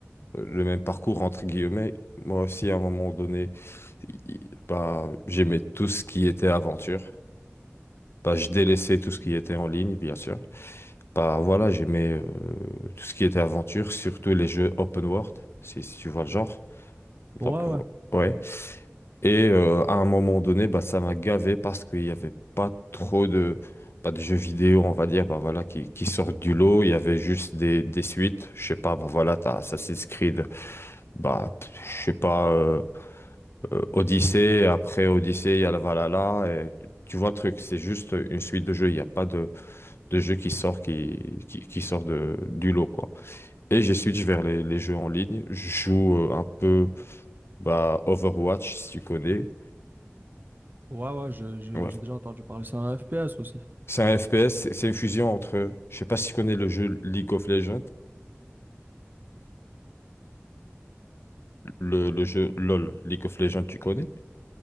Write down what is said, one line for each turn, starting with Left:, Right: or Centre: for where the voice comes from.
Left: le même parcours entre guillemets. Moi aussi, à un moment donné, i- bah, j'aimais tout ce qui était aventure. Bah, je délaissais tout ce qui était en ligne, bien sûr. Bah voilà, j'aimais euh, tout ce qui était aventure, surtout les jeux open world, si, si tu vois le genre.
Right: Ouais,
Left: Donc,
Right: ouais,
Left: ouais. Et euh, à un moment donné, bah, ça m'a gavé parce qu'il n'y avait pas trop de, pas de jeux vidéo, on va dire, bah, voilà, qui, qui sortent du lot. Il y avait juste des, des suites. Je sais pas, bah, voilà, t'as Assassin's Creed, bah, pff, je sais pas, euh, euh, Odyssey. Après Odyssey, il y a la Valhalla. Et tu vois le truc, c'est juste une suite de jeux. Il n'y a pas de, de jeux qui sort, qui, qui, qui sort de, du lot, quoi. Et j'ai switch vers les, les jeux en ligne. Je joue euh, un peu. Bah, Overwatch, si tu connais.
Right: ouais, ouais, je- je-
Left: Ouais.
Right: j'ai déjà entendu parler, c'est un FPS aussi.
Left: C'est un FPS, c'est c'est une fusion entre. Je sais pas si tu connais le jeu League of Legends, le, le jeu LOL, League of Legends, tu connais.